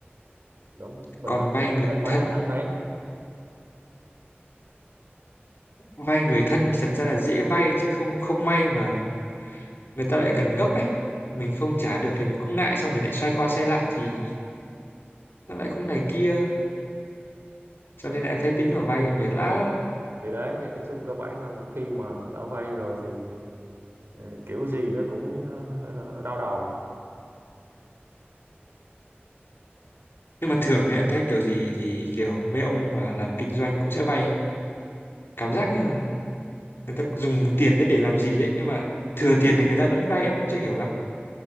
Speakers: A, on the right (about 70°); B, on the left (about 65°).
A: đúng mình
B: còn
A: phải
B: vay
A: tính
B: người
A: bài toán
B: thân
A: vài tháng
B: vay người thân thì thật ra là dễ vay chứ không không may mà người ta lại cần gấp ấy mình không trả được thì mình cũng ngại xong mình lại xoay qua xoay lại thì nó lại cũng này kia cho nên là em thấy tính vào vay mệt lắm
A: thì đấy thì nói chung cơ bản là một khi mà đã vay rồi thì ờ, kiểu gì nó cũng ờ, <laughs> đau đầu
B: nhưng mà thường thì em thấy kiểu gì thì kiểu mấy ông mà làm kinh doanh cũng sẽ vay cảm giác như là người ta dùng tiền đấy để làm gì ấy nhưng mà thừa tiền thì người ta vẫn vay em vẫn chưa hiểu lắm